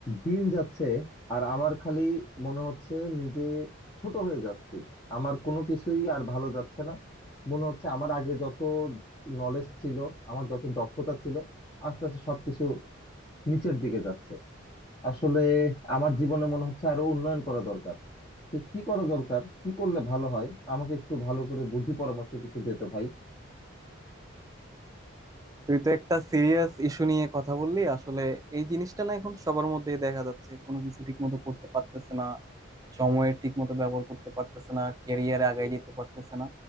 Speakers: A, on the left; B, on the right.
A: দিন যাচ্ছে আর আমার খালি মনে হচ্ছে নিজে ছোট হয়ে যাচ্ছি আমার কোনো কিছুই আর ভালো যাচ্ছে না মনে হচ্ছে আমার আগে যত নলেজ ছিল আমার যত দক্ষতা ছিল আস্তে আস্তে সবকিছু নিচের দিকে যাচ্ছে আসলে আমার জীবনে মনে হচ্ছে আরো উন্নয়ন করা দরকার তো কি করা দরকার কি করলে ভালো হয় আমাকে একটু ভালো করে বুদ্ধি পরামর্শ কিছু দিতে ভাই
B: তুই তো একটা সিরিয়াস ইস্যু নিয়ে কথা বললি আসলে এই জিনিসটা না এখন সবার মধ্যেই দেখা যাচ্ছে কোনো কিছু ঠিক মতো করতে পারতেছে না সময়ের ঠিক মতো ব্যবহার করতে পারতেছে না ক্যারিয়ারে আগায় যেতে পারতেছে না